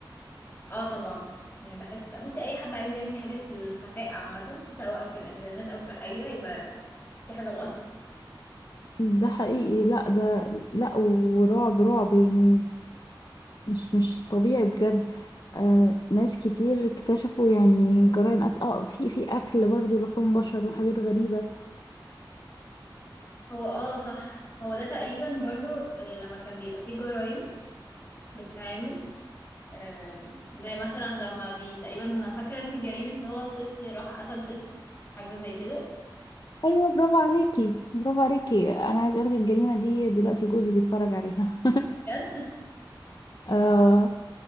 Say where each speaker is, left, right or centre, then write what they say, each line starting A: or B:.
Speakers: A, on the left (about 25°); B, on the left (about 55°).
A: اه طبعا يعني بحس بصي اي حد عايز يعمل حاجه في الخفاء عامه سواء في الانترنت او في الحقيقه يبقى في حاجه غلط
B: ده حقيقي لا ده لا ورعب رعب يعني مش مش طبيعي بجد آه ناس كتير اكتشفوا يعني جرائم قتل اه في في أكل برضه لحوم بشر وحاجات غريبة
A: هو اه صح هو ده تقريبا برضو لما كان بيبقى فيه جرائم بتتعمل آم، زي مثلا لما بي تقريبا فاكرة انت جريمة اللي هو الطفل راح قتل طفل حاجة زي كده
B: ايوه برافو عليكي برافو عليكي انا عايز اقولك الجريمه دي دلوقتي جوزي بيتفرج عليها
A: بجد
B: <laughs> آه